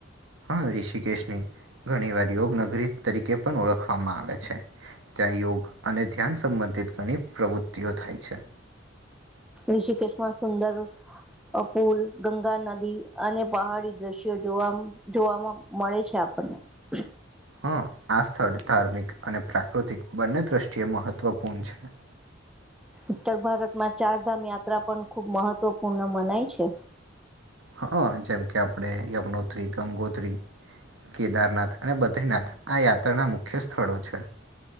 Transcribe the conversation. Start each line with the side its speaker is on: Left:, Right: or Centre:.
Right: હા ઋષિકેશની ઘણી વાર યોગ નગરી તરીકે પણ ઓળખવામાં આવે છે. ત્યાં યોગ અને ધ્યાન સંબંધિત ઘણી પ્રવૃત્તિઓ થાય છે.
Centre: ઋષિકેશમાં સુંદર અ પુલ ગંગા નદી અને પહાડી દ્રશ્યો જોવા જોવામાં મળે છે, આપ <unintelligible>
Right: હ આ સ્થળ ધાર્મિક અને પ્રા પ્રાકૃતિક બંને દ્રષ્ટિએ મહત્વપૂર્ણ છે.
Centre: ઉત્તર ભારતમાં ચારધામ યાત્રા પણ ખૂબ મહત્વપૂર્ણ મનાય છે.
Right: હં જેમકે આપણે યમુનોત્રી ગંગોત્રી કેદારનાથ અને બદ્રીનાથ આ યાત્રાના મુખ્ય સ્થળો છે.